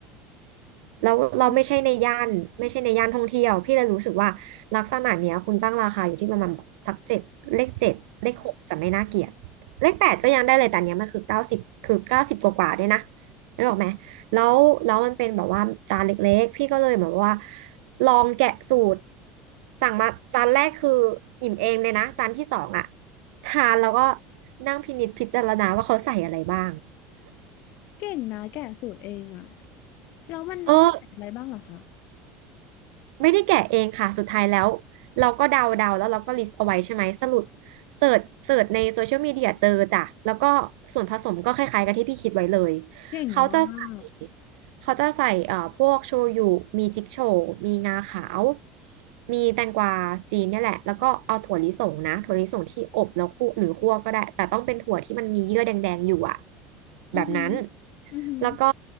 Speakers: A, on the right (about 80°); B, on the left (about 45°).
A: แล้วเราไม่ใช่ในย่านไม่ใช่ในย่านท่องเที่ยวพี่เลยรู้สึกว่าลักษณะเนี้ยคุณตั้งราคาอยู่ที่ประมาณแบบสักเจ็ดเลขเจ็ดเลขหกจะไม่น่าเกลียด
B: อืม
A: เลขแปดก็ยังได้เลยแต่อันเนี้ยมันคือเก้าสิบคือเก้าสิบกว่ากว่าๆด้วยนะนึกออกไหมแล้วแล้วมันเป็นแบบว่าจานเล็กๆพี่ก็เลยเหมือนว่าลองแกะสูตรสั่งมาจานแรกคืออิ่มเองเลยนะจานที่สองอะทานแล้วก็นั่งพินิจพิจารณาว่าเขาใส่อะไรบ้าง
B: เก่งนะแกะสูตรเองอ่ะแล้วมันแล้วมันใส่อะไรบ้างเหรอคะ
A: เออ ไม่ได้แกะเองค่ะ สุดท้ายแล้วเราก็เดาเดาแล้วเราก็ลิสต์เอาไว้ใช่ไหม สรุปเสิร์ชเสิร์ชในโซเชียลมีเดียเจอจ้ะแล้วก็ส่วนผสมก็คล้ายๆกับที่พี่คิดไว้เลย
B: เก่งมาก
A: เขาจะใส่เขาจะใส่เอ่อพวกโชยุมีจิกโชว์มีงาขาว มีแตงกวาจีนเนี่ยแหละ แล้วก็เอาถั่วลิสงนะถั่วลิสงที่อบแล้วคั่วหรือคั่วก็ได้ แต่ต้องเป็นถั่วที่มันมีเยื่อแดงๆอยู่อะ
B: อือหือ
A: แบบนั้น
B: อือหือ
A: แล้วก็